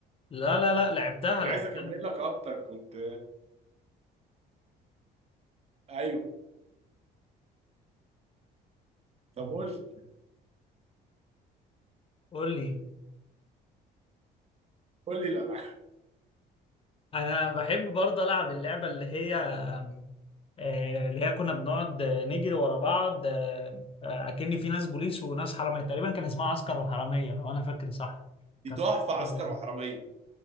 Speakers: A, on the left; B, on the right.
A: لا لا لا لعبتها لعبتها
B: انا عايز اكمل لك اكتر كنت ايوه طب قول لي
A: قول لي
B: قول لي الالعاب
A: انا بحب برضو العب اللعبه اللي هي آم، آه، اللي هي كنا بنقعد آه، نجري ورا بعض آه، آه، اكن في ناس بوليس وناس حراميه تقريبا كان اسمها عسكر وحراميه لو انا فاكر صح
B: دي
A: كانت
B: تحفه عسكر
A: طبعا
B: وحراميه